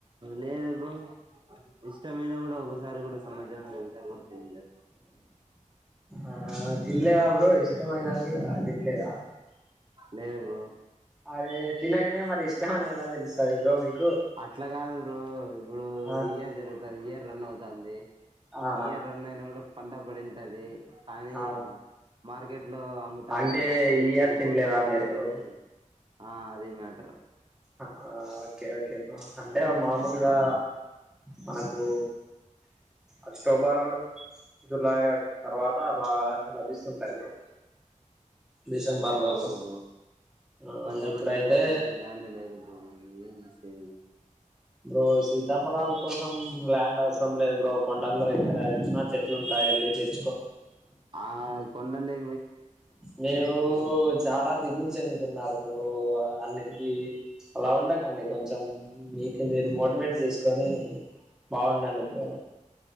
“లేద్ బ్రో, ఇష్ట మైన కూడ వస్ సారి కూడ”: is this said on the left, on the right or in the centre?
Right